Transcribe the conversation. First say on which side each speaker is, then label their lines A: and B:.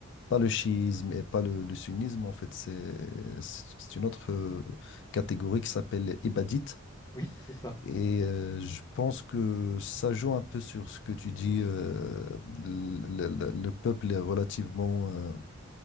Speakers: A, on the left; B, on the left.
A: pas le chiisme et pas le, le sunnisme, en fait, c'est c'est une autre euh, catégorie qui s'appelle ibadite.
B: oui, c'est ça.
A: Et euh, je pense que ça joue un peu sur ce que tu dis. euh, le, le- le peuple est relativement, euh,